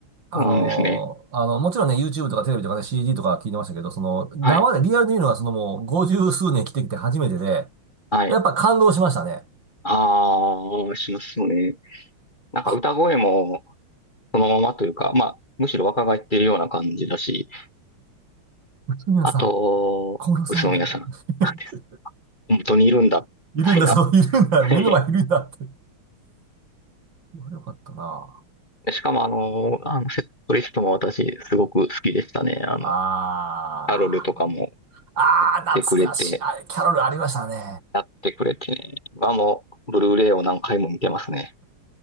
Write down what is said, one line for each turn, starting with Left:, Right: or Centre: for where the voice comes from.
Right: あの、
Left: そうなんですね。
Right: あの、もちろんね、YouTube とかテレビとかね、CD とか聞いてましたけど、その、生でリアルで見るのはそのもう50数年来てきて初めてで、
Left: はい。はい。
Right: やっぱ感動しましたね。
Left: ああ、しますね。なんか歌声も、
Right: あ、
Left: そのままというか、まあ、むしろ若返ってるような感じだし、
Right: 内村さん、
Left: あと、
Right: 小室さんみたいなね。
Left: 宇都宮さんなんです。
Right: <laughs>
Left: 本当にいるんだ、
Right: いるんだ、
Left: みたいな。
Right: そう、いるんだ、
Left: <laughs>
Right: 目の前いるんだって。よかったな。
Left: しかもあの、あのセットリストも私すごく好きでしたね。あの、
Right: あー、
Left: カロルとかも
Right: あー、
Left: やってくれて、
Right: 懐かしい。あれ、キャロルありましたね。
Left: やってくれてね。今もブルーレイを何回も見てますね。